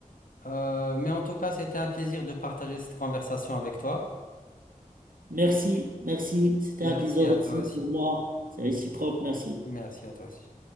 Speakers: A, on the left (about 80°); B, on the right (about 85°).
A: Euh, mais en tout cas, c'était un plaisir de partager cette conversation avec toi.
B: Merci, merci. C'était
A: Merci
B: un plaisir aussi
A: à toi aussi.
B: pour moi. C'est réciproque, merci.
A: Merci à toi aussi.